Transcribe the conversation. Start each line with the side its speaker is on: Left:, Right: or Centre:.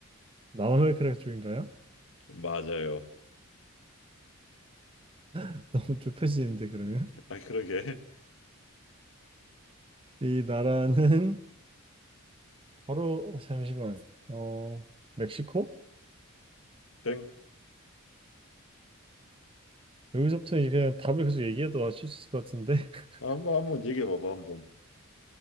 Right: 남아메리카 쪽인가요?
Left: 맞아요.
Right: <laughs> 너무 좁혀지는데
Left: <laughs>
Right: 그러면
Left: 아, 그러게.
Right: 이 나라는 바로 어, 잠시만 어 멕시코?
Left: 땡.
Right: 여기서부터 이제 그냥 답을 계속 얘기해도 아실 수 있을 것 같은데 <laughs>
Left: 한번 한번 얘기해 봐봐 한번.